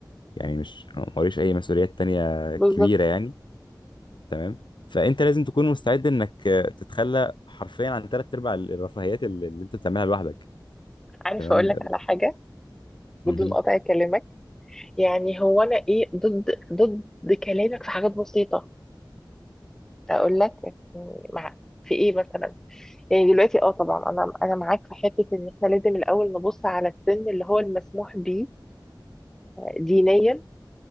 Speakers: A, on the left; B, in the centre.
A: يعني مش موريش اي مسؤوليات تانية
B: بالظبط
A: كبيرة يعني تمام فانت لازم تكون مستعد انك آه، تتخلى حرفيا عن ثلاث ارباع الرفاهيات اللي اللي انت بتعملها لوحدك
B: عارف
A: تمام
B: اقول لك على حاجه بدون
A: مهم.
B: قطع كلامك يعني هو انا ايه ضد ضد كلامك في حاجات بسيطه اقول لك يعني مع في ايه مثلا يعني دلوقتي اه طبعا انا انا معاك في حته ان احنا لازم الاول نبص على السن اللي هو المسموح بيه دينيا